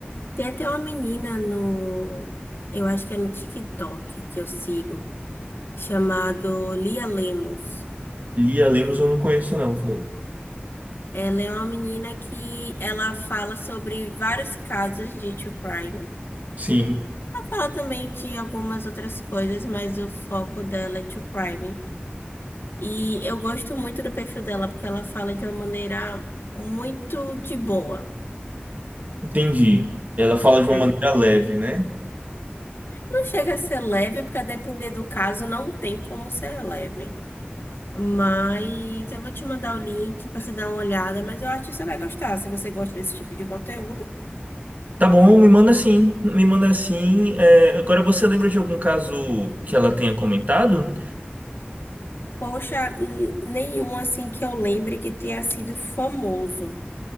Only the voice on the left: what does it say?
Tem até uma menina no, eu acho que é no TikTok que eu sigo, chamado Lia Lemos.
Ela é uma menina que ela fala sobre vários casos de true crime.
Ela fala também de algumas outras coisas, mas o foco dela é true crime. E eu gosto muito do perfil dela, porque ela fala de uma maneira muito de boa.
Hum.
Não chega a ser leve, porque a depender do caso não tem como ser leve. Mas eu vou te mandar o link para você dar uma olhada, mas eu acho que você vai gostar. Se você gosta desse tipo de conteúdo,
poxa, n- nenhum assim que eu lembre que tenha sido famoso.